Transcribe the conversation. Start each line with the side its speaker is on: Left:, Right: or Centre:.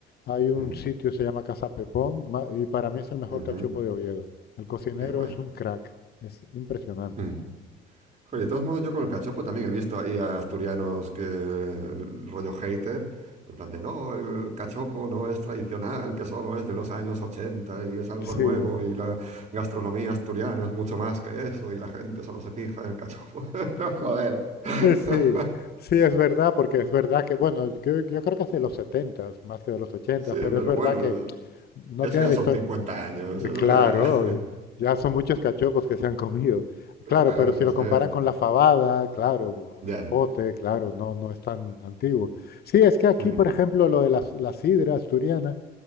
Left: hay un
Right: mm,
Left: sitio que se llama Casa Pepón y para mí es el mejor
Right: ujú.
Left: cachopo de Oviedo. El cocinero
Right: Qué guay.
Left: es un crack, es impresionante.
Right: Mm. Joder, de todos modos, yo con el cachopo también he visto ahí a asturianos que rollo hater, en plan de no, el cachopo no es tradicional, que solo es de los años 80 y es algo
Left: Sí,
Right: nuevo y la gastronomía asturiana es mucho más que eso y la gente solo se fija en el cachopo. <laughs> No, joder. <laughs>
Left: eh, sí, sí, es verdad, porque es verdad que, bueno, yo, yo creo que hace los 70 más que de los 80,
Right: Sí,
Left: pero
Right: pero
Left: es verdad
Right: bueno,
Left: que no
Right: eso
Left: tiene
Right: ya
Left: la
Right: son
Left: historia,
Right: cincuenta años,
Left: Eh,
Right: eso
Left: Claro,
Right: ya, <laughs>
Left: ya son muchos cachopos que se han comido. Claro,
Right: claro,
Left: pero si
Right: no
Left: lo
Right: sé,
Left: comparan con la fabada, claro, o
Right: ya.
Left: el pote, claro, no, no es tan antiguo. Sí, es que aquí,
Right: Hmm,
Left: por ejemplo, lo de la, la sidra asturiana,